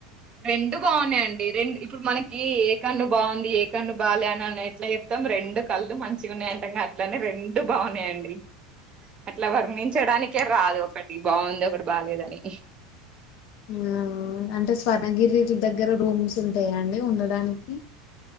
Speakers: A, on the right (about 30°); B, on the left (about 60°).
A: రెండు బాగున్నాయండి రెండు ఇప్పుడు మనకి ఏ కన్ను బాగుంది ఏ కన్ను బాలేదని అని ఎట్లా చెప్తాం రెండు కళ్లు మంచిగున్నాయి అంటాంగా అట్లనే రెండు బాగున్నాయండి. అట్లా వర్ణించడానికి క్కెరాదు ఒకటి బాగుంది ఒకటి బాలేదని
B: ఊమ్ అంటే స్వర్ణగిరి దగ్గర రూమ్స్ ఉంటాయా అండి ఉండడానికి.